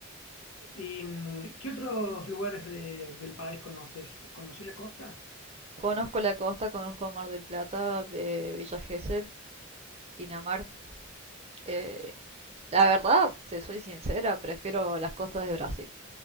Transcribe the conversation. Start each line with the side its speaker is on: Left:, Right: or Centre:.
Left: ¿Y mm, qué otros lugares de- del país conoces? ¿Conoces la costa?
Right: conozco la costa, conozco Mar del Plata, eh, Villa Gesell, Pinamar. Eh, la verdad, si soy sincera, prefiero las costas de Brasil.